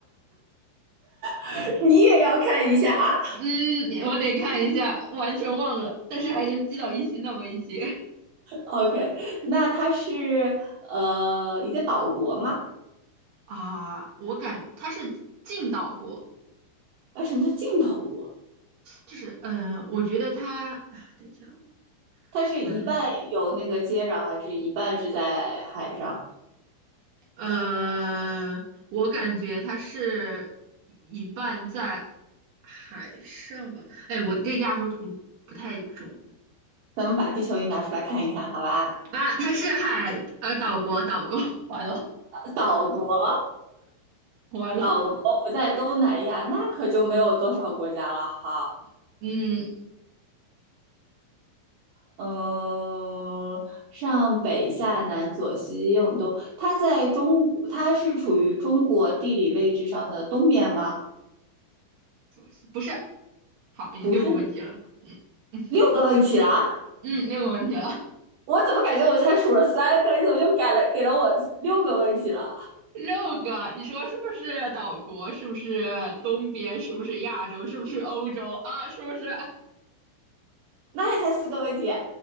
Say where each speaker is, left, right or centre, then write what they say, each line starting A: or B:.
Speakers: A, on the right (about 85°); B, on the right (about 65°).
A: <laughs> 你也要看一下啊。
B: 嗯，我得看一下，完全忘了，但是还能记到一些那么一些。
A: OK，那它是呃一个岛国吗？
B: 啊，我感他是进到过，
A: 哎，什么叫近岛国？
B: 就是呃，我觉得他，啊等一下啊，
A: 它是一半有那个接壤，
B: 完了，
A: 还是一半是在海上？
B: 呃，我感觉他是一半在海上吧，哎，我对亚洲图不太懂
A: 咱们把地球仪拿出来看一看，好吧？
B: 啊，他是海呃岛国岛国，<laughs> 完了，
A: 岛国，
B: 我完了，
A: 岛国不在东南亚，那可就没有多少国家了哈。
B: 嗯，
A: 嗯，上北下南左西右东，它在中国，它是处于中国地理位置上的东边吗？
B: 左西不是，好，已经六个问题了，
A: 不是，
B: 嗯嗯
A: 六个问题了啊
B: 嗯，六个问题了，
A: 我怎么感觉我才数了三个，你怎么就改了给了我六个问题了？
B: 六个，你说是不是岛国？是不是东边？是不是亚洲？是不是欧洲啊？是不是
A: 那也才四个问题